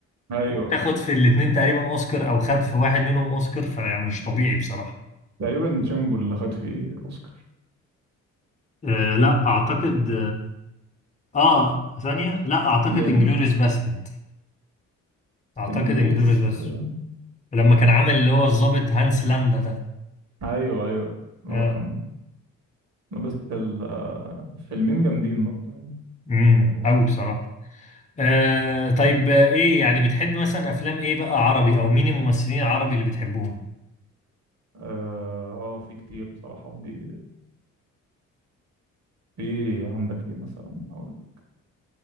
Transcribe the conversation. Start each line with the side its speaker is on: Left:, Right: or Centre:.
Right: ايوه
Left: وتاخد في الاتنين تقريبا اوسكار او خد في واحد منهم اوسكار فمش طبيعي بصراحة
Right: تقريبا جانجو اللي خد فيه اوسكار
Left: آه، لا اعتقد اه ثانية لا اعتقد
Right: لان
Left: انجلوريوس باسترد اعتقد
Right: انجلوريوس
Left: انجلوريوس باسترد
Right: آه،
Left: لما كان عامل اللي هو الضابط هانس لاندا ده
Right: ايوه ايوه هو
Left: آه.
Right: كان بس ال- آه، الفيلمين جامدين برضه يعني
Left: امم
Right: حققوا اوسكار
Left: قوي بصراحة آه طيب آه، ايه يعني بتحب مثلا افلام ايه بقى عربي او مين الممثلين العربي اللي بتحبوهم
Right: اه آه، في كتير بصراحة في دي في عندك ايه مثلا هقول لك